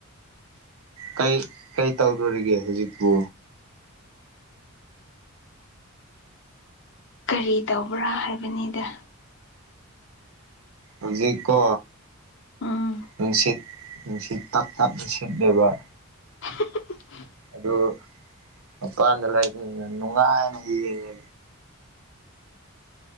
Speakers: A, on the right; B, on the left.
A: ꯀꯩ ꯀꯩ ꯇꯧꯗꯣꯔꯤꯒꯦ ꯍꯨꯖꯤꯛꯄꯨ
B: ꯀꯔꯤ ꯇꯧꯕ꯭ꯔꯥ ꯍꯥꯏꯕꯅꯤꯗ
A: ꯍꯧꯖꯤꯛꯀꯣ
B: ꯎꯝ
A: ꯅꯨꯡꯁꯤꯠ ꯅꯨꯡꯁꯤꯠ ꯇꯞ ꯇꯞꯅ ꯁꯤꯠꯂꯦꯕ
B: <unintelligible>
A: ꯑꯗꯨ ꯃꯄꯥꯟꯗ ꯂꯩꯕꯅꯤꯅ ꯅꯨꯡꯉꯥꯏꯅ ꯌꯦꯡꯉ